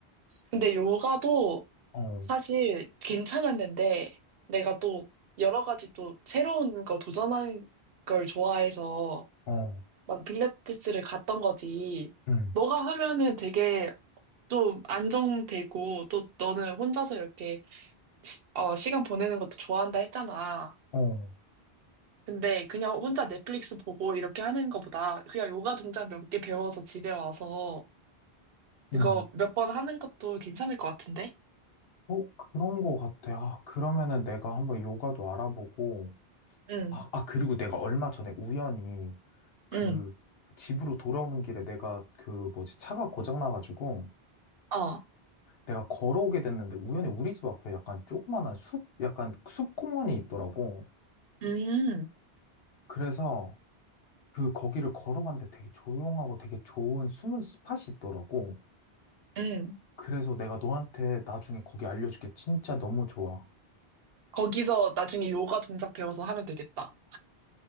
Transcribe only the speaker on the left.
어,
어,
응,
어,
응.
어, 그런 거 같아. 아, 그러면은 내가 한번 요가도 알아보고,
아, 아, 그리고 내가 얼마 전에 우연히 그
집으로 돌아오는 길에 내가 그 뭐지, 차가 고장나가지고
내가 걸어오게 됐는데 우연히 우리 집 앞에 약간 조그만한 숲, 약간 숲공원이 있더라고.
그래서 그 거기를 걸어봤는데 되게 조용하고 되게 좋은 숨은 스팟이 있더라고.
그래서 내가 너한테 나중에 거기 알려줄게. 진짜 너무 좋아.